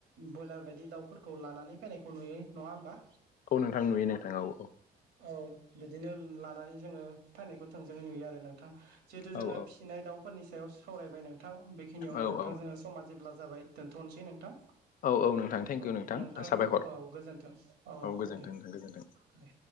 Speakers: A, on the right; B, on the left.
A: ब्रयलार बायदि दाउफोरखौ लानानै फैनायखौ नुयो नङा होमबा
B: औ नोंथां नुयो नोंथां औ औ
A: औ बिदिनो लानानै जोङो फैनायखौ थोंजोङै नुयो आरो नोंथां जिहेतु जोङो
B: औ
A: फिसिनाय दाउफोरनि सायाव सावरायबाय नोंथां बेखिनियावनो
B: औ
A: नोंथां
B: औ
A: जोङो समाज जेब्ला जाबाय दोनथ'नोसै नोंथां
B: औ औ नोंथां थेंकिउ
A: औ नोंथां
B: साबायखर
A: औ गोजोन औ
B: गोजोन्थों
A: दे
B: नोंथां गोजोन्थों
A: दे